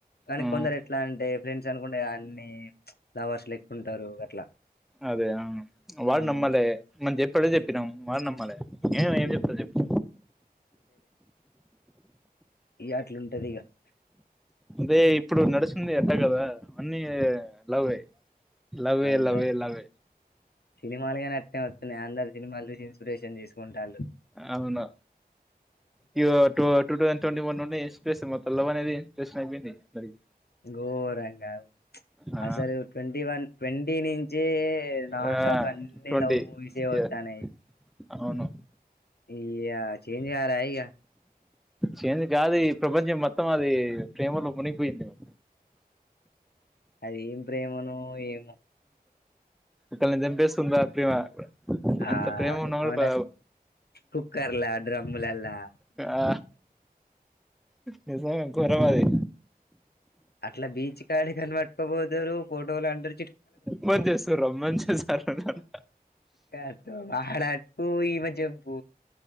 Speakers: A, on the left; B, in the centre.
A: కానీ
B: ఆ
A: కొందరు ఎట్లా అంటే ఫ్రెండ్స్ అనుకుంటే అన్ని లవర్స్ లెక్కుంటారు అట్లా
B: అదే ఆ వాడు
A: ఉమ్
B: నమ్మలే మనం చెప్పేదే చెప్పినాం వాడు నమ్మలే నేను ఏం
A: ఉమ్
B: చెప్తా చెప్పు
A: ఈ అట్లు ఉంటది ఇక
B: అదే ఇప్పుడు నడుస్తుంది ఎట్టా కదా అన్నీ లవ్వే లవే
A: అందరు
B: లవ్వే లవే
A: సినిమాలు గాని అట్టనే వత్తన్నాయి అందరు సినిమాలు చూసి ఇన్స్పిరేషన్ తీసుకుంటాళు
B: అవును ఇ two two thousand twenty one నుండి ఇన్స్పిరేషన్ మొత్తం లవ్ అనేది ఇన్స్రేన్ అయిపోయింది మరి
A: గోరంగా
B: ఆ
A: అసలు ట్వంటీ వన్ ట్వంటీ నుంచే నా
B: ఆ
A: షాప్ అన్ని
B: ట్వంటీ
A: లవ్ మూవీస్ వత్
B: ఇయర్
A: త్తనయ్
B: అవును
A: ఇయ చేంజ్ కారా ఇగా
B: చేంజ్ కాదు ఈ ప్రపంచం మొత్తం అది ప్రేమలో మునిగిపోయింది ఏమో
A: అది ఏం ప్రేమనో ఏమో
B: ఒకళ్ళని చంపేస్తుందా ప్రేమా
A: ఆ
B: అంత ప్రేమ ఉన్నవాడు
A: ఎక్కువనే
B: ప
A: కుక్కర్లా డ్రమ్ములల్లా
B: ఆ నిజం గా ఘోరం అది
A: అట్లా బీచ్ కాడ కనమట్కోబోదరు ఫోటోలు అంటరు చి
B: రొమాన్స్ చేస్తారు రొమాన్స్ చేస్తారు వాళ్ళంతా
A: రాత్ కో మహారాత్ కో ఈమె జంప్